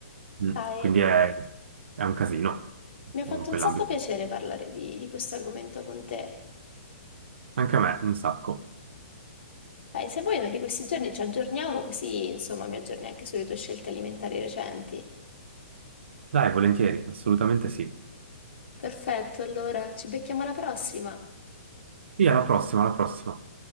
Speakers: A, on the right; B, on the left.
A: Mm,
B: Dai.
A: Quindi è, è un casino
B: Mi ha
A: in
B: fatto
A: quell'ambito.
B: un sacco piacere parlare di, di questo argomento con te.
A: Anche a me, un sacco.
B: Dai, se vuoi, uno di questi giorni ci aggiorniamo, così insomma mi aggiorni anche sulle tue scelte alimentari recenti.
A: Dai, volentieri, assolutamente sì.
B: Perfetto, allora ci becchiamo alla prossima.
A: Via, alla prossima, alla prossima.